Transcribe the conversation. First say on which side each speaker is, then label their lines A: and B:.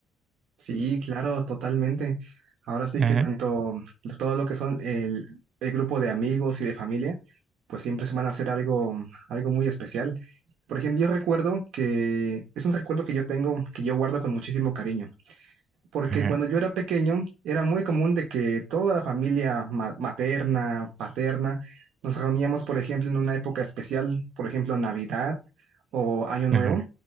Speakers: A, on the right; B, on the right.
A: Sí, claro, totalmente. Ahora sí
B: Ujú,
A: que tanto todo lo que son el, el grupo de amigos y de familia, pues siempre se van a hacer algo, algo muy especial. Por ejemplo, yo recuerdo que es un recuerdo que yo tengo, que yo guardo con muchísimo cariño porque
B: ujú,
A: cuando yo era pequeño era muy común de que toda la familia ma- materna, paterna, nos reuníamos, por ejemplo, en una época especial, por ejemplo, Navidad o Año Nuevo.
B: ujú,